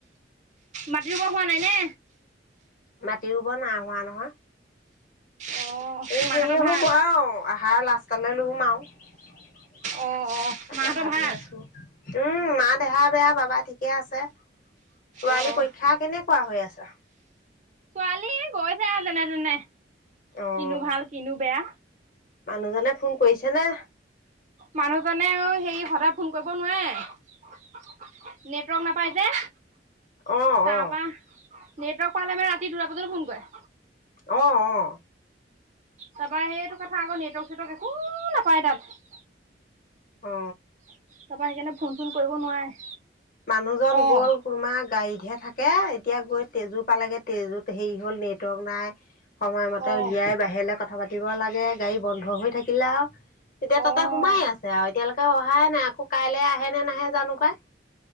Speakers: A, on the right; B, on the left.
A: মাটি ৰুব হোৱা নাই নে?
B: মাটি ৰুব নাই হোৱা নহয়,
A: অ'
B: এ
A: মাহঁতৰ
B: হেৰি
A: ভাল?
B: হ'ব আৰু। আহাৰ লাষ্টলৈ ৰুমগে আৰু।
A: অ'
B: তাকে
A: অ' মাহঁতৰ
B: ভাবি
A: ভাল?
B: আছো। উম, মা দেহা বেয়া, বাবা ঠিকে আছে, ছোৱালী
A: অ'
B: পৰীক্ষা কেনেকুৱা হৈ আছে?
A: ছোৱালী গৈছে আৰু যেনে তেনে কিনো
B: অ',
A: ভাল, কিনো বেয়া।
B: মানুহজনে ফোন কৰিছে নে?
A: মানুহজনে সে সদায় ফোন কৰিব নোৱাৰে। নেটৱৰ্ক নাপায় যে।
B: অ',
A: তাৰ
B: অ',
A: পা, নেটৱৰ্ক পালে, ৰাতি দুটা বজাতো ফোন কৰে।
B: অঁ, অ।
A: তাৰপৰা সেইটো কথা আকৌ নেটৰ্ক চেটৰ্ক একো নাপায় তাত।
B: অঁ।
A: তাৰপৰা সেইকাৰণে ফোন চোন কৰিব নোৱাৰে।
B: মানুহজন
A: অ',
B: গ'ল তোমাৰ গাড়ীতহে থাকে, এতিয়া গৈ তেজো পালেগে তেজোত হেৰি হ'ল নেটৱৰ্ক নাই। সময়মতে
A: অ',
B: উলিয়াই বাহিৰলৈ কথা পাতিব লাগে, গাড়ী বন্ধ হৈ থাকিলে আৰু তেতিয়া
A: অ',
B: তাতে সোমাই আছে আৰু এতিয়ালৈকে অহাই নাই, আকৌ কাইলে আহে নে নাহে জানো পাই।